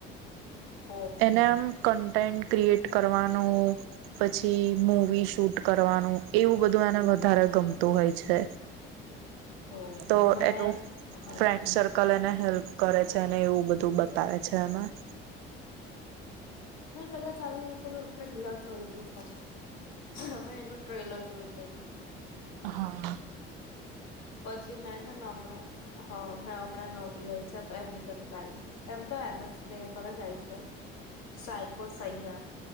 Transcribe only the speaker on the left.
<inaudible>
ઓહ
મેં
હા
મે કદાચ આનું પેલું ઉઠલ જોયલું છે. અમે એનું ટ્રેલર જોય છે <unintelligible>
પછી મેં છે ને હમણાં હૈ ના હમણાં જ નોંધી આવી છે એમેઝોન પ્રાઈમ એમ તો એમક્સ પ્લેયર પર જ આવી છે. સાઈકો સહીયા